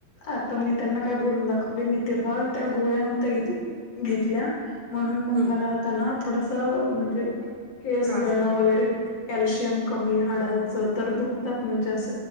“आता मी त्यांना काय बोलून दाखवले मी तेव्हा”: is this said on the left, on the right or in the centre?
Left